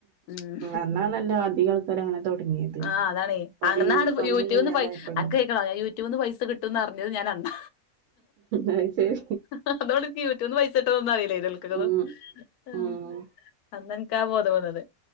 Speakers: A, on the left; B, on the right.
A: ഉം
B: അന്നാണല്ലോ അധികം ആൾക്കാരും അങ്ങനെ തൊടങ്ങിയത്
A: ആഹ് അതാണെ
B: പണി
A: അങ്ങന്നാണ്
B: പണിയൊന്നും
A: യൂടൂബ്ന്ന്
B: ഇല്ലാതായപ്പളേ
A: പൈ അനക്ക് കേക്കണൊ ഞാൻ യൂട്യൂബ്ന്ന് പൈസ കിട്ടുന്നർഞത് ഞാനന്ന
B: അയ് ശെരി
A: <unintelligible> യൂട്യൂബിന്ന് പൈസ്ട്ടൊന്നും അറിയില്ലാ <unintelligible>
B: ഉം ഉം
A: ആഹ് അന്ന് എൻക്ക ആഹ് ബോധം വന്നത്